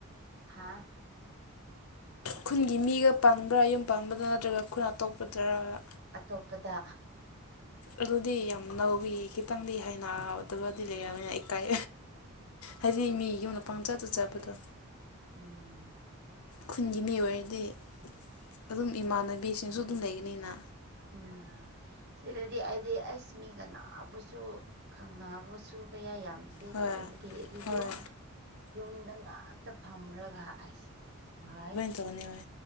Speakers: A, on the right; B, on the left.
A: ꯍꯥꯥ
B: ꯈꯨꯟꯒꯤ ꯃꯤꯒ ꯄꯥꯟꯕ꯭ꯔꯥ ꯌꯨꯝ ꯄꯥꯟꯕꯗ ꯅꯠꯇ꯭ꯔꯒ ꯈꯨꯟ ꯑꯇꯣꯞꯄꯗꯔꯒ
A: ꯑꯇꯣꯞꯄꯗ
B: ꯑꯗꯨꯗꯤ ꯌꯥꯝ ꯂꯧꯕꯏꯤ ꯈꯤꯇꯪꯗꯤ ꯍꯩꯅꯗꯕꯗꯤ ꯂꯩꯔꯕꯅꯤꯅ ꯏꯀꯥꯏ ꯍꯥꯏꯗꯤ ꯃꯤ ꯌꯨꯝꯗ ꯄꯪꯆꯠꯇ ꯆꯠꯄꯗꯣ
A: ꯎꯝ
B: ꯈꯨꯟꯒꯤ ꯃꯤ ꯑꯣꯏꯔꯗꯤ ꯑꯗꯨꯝ ꯏꯃꯥꯟꯅꯕꯤꯁꯤꯡꯁꯨ ꯑꯗꯨꯝ ꯂꯩꯒꯅꯤꯅ
A: ꯎꯝ ꯁꯤꯗꯗꯤ ꯑꯩꯗꯤ ꯑꯩꯁ ꯃꯤ ꯀꯅꯥꯕꯨꯁꯨ ꯈꯪꯕꯨꯁꯨ ꯀꯌꯥ ꯌꯥꯝꯗꯦ ꯗꯦꯗ
B: ꯍꯣꯏ
A: ꯑꯣꯏꯕꯒꯤꯗꯤ
B: ꯍꯣꯏ
A: ꯑꯗꯨꯝ ꯌꯨꯝꯗ ꯉꯥꯛꯇ ꯐꯝꯔꯒ ꯑꯩꯁ ꯁꯤꯄꯚꯥꯏ
B: ꯇꯧꯅꯤ ꯍ